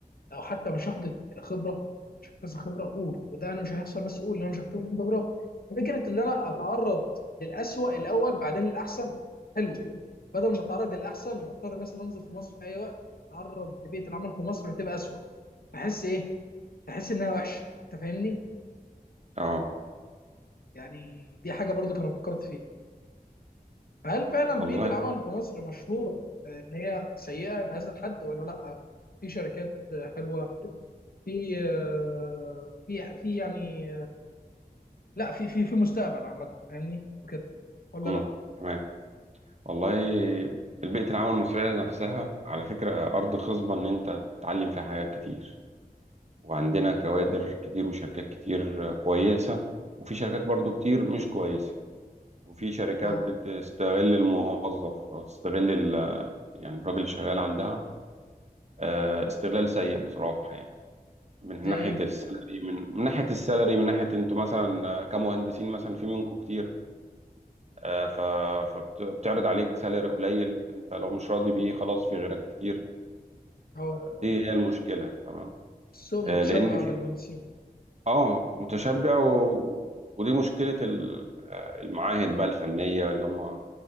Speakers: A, on the left (about 70°); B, on the right (about 45°).
A: لو حتى مش هاخد خبره مش هكتسب خبره اقول وده انا مش هيحصل بس اقول ان انا مش هكتسب خبره فكره ان انا اتعرض للأسوأ الاول بعدين الاحسن حلو بدل ما اتعرض للاحسن واضطر مثلا انزل في مصر في اي وقت اتعرض لبيئه العمل في مصر فتبقى أسوأ بحس ايه بحس انها وحشه انت فاهمني
B: اه
A: يعني دي حاجه برضو كنا فكرت فيها فهل فعلا
B: والله
A: بيئه العمل في مصر مشهوره آه، ان هي سيئه لهذا الحد ولا لا في شركات آه، حلوه في آه، في في يعني لا في في في مستقبل عامة فاهمني وكده ولا
B: امم
A: لا
B: تمام والله البيئة العمل المصرية نفسها على فكرة أرض خصبة إن أنت تتعلم فيها حاجات كتير وعندنا كوادر كتير وشركات كتير كويسة وفي شركات برضو كتير مش كويسة وفي شركات
A: اه
B: بتستغل الموظف أو تستغل ال- يعني الراجل اللي شغال عندها آه، استغلال سيء بصراحة يعني من
A: زي
B: ناحية
A: ايه
B: السالري من من ناحية السالري من ناحية أنتوا مثلا آه، كمهندسين مثلا في منكم كتير آه، ف- فبتعرض عليك سالري قليل انت لو مش راضي بيه خلاص في غيرك كتير
A: اه
B: دي هي المشكله تمام
A: السوق متشبع
B: آه، لان في
A: بالمنسيين
B: اه متشبع و... ودي مشكله ال- آه، المعاهد بقى الفنيه اللي هم